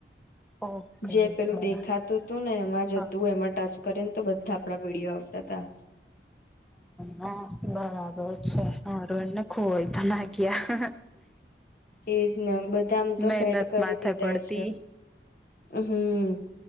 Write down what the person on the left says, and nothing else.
જે પેલું
દેખાતુ હતુ, ને એમાં જ
હતુ એમાં ટચ કરી ને તો બધા આપડા ભીડીયો આવતા હતા.
એજ ને બધામ તો
સેટ કરી
દીધા
છે. હમ